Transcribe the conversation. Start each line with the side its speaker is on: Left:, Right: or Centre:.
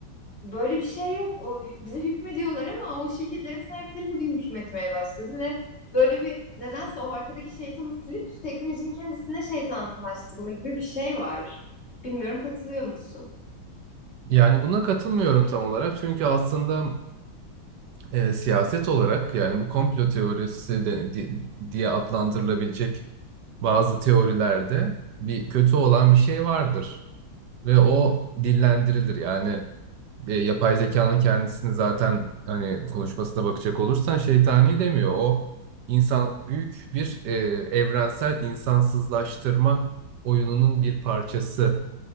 Left: böyle bir şey yok. O hü- bize hükmediyorlar ama o şirketlerin sahipleri bugün hükmetmeye başladı ve böyle bir nedense o arkadaki şeytanı silip teknolojinin kendisine şeytanlaştırma gibi bir şey var. Bilmiyorum katılıyor musun?
Right: Yani buna katılmıyorum tam olarak. Çünkü aslında e, siyaset olarak yani bu komplo teorisi de, di- diye adlandırılabilecek bazı teorilerde bir kötü olan bir şey vardır ve o dillendirilir. Yani e, yapay zekanın kendisini zaten hani konuşmasına bakacak olursan şeytani demiyor. O insan büyük bir e, evrensel insansızlaştırma oyununun bir parçası